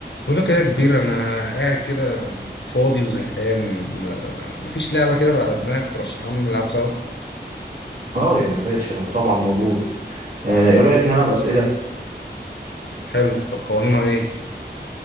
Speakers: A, on the left; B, on the right.
A: بقول لك إيه يا كبير انا قاعد كده فاضي وزهقان ما- مفيش لعبه كده على دماغك ترشحها لنا نلعب سوا
B: اه يا باشا طبعا موجود آه، ايه رأيك نلعب أسئلة
A: حلو طب قوانينها ايه